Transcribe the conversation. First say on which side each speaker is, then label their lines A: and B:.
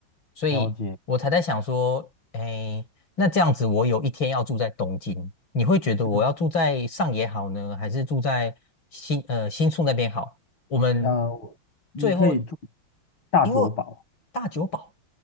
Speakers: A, on the left; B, on the left.
A: 所以我才在想说，
B: 了解。
A: 哎，那这样子我有一天要住在东京，你会觉得我要住在上野好呢，
B: 嗯
A: 还是住在新呃新宿那边好？我们
B: 那你可以住
A: 最后
B: 大久堡，
A: 因为大久保。